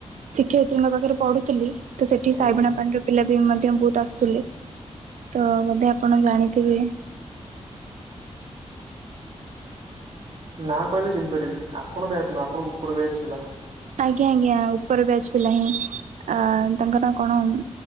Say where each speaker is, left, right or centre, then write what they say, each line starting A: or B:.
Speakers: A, on the right; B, on the right.
A: ଶିକ୍ଷୟିତ୍ରୀଙ୍କ ପାଖରେ ପଢୁଥିଲି ତ ସେଠି
B: ଓହୋ
A: ସାଇବୀଣା ପାଣିରେ ପିଲା ବି ମଧ୍ୟ ବହୁତ ଆସୁଥିଲେ ତ ବୋଧେ ଆପଣ ଜାଣିଥିବେ
B: ନା କହିଲେ ଚିହ୍ନି ପାରିବି ଆପଣ ବ୍ୟାଚ୍‌ ନୁହଁ, ଆପଣ ଉପର ବ୍ୟାଚ୍‌ର ପିଲା।
A: ଆଜ୍ଞା, ଆଜ୍ଞା, ଉପର ବ୍ୟାଚ୍‌ ପିଲା ହିଁ ଆଁ। ତାଙ୍କ ନାଁ କଣ?